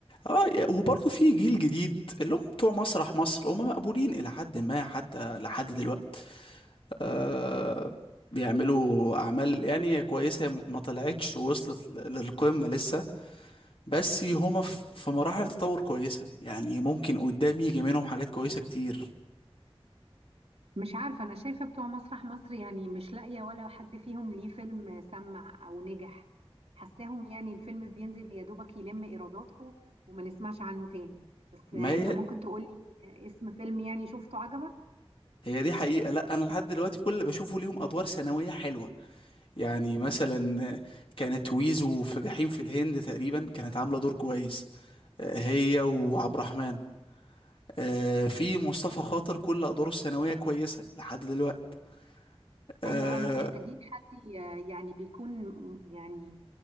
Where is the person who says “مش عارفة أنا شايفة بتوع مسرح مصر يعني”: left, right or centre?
Right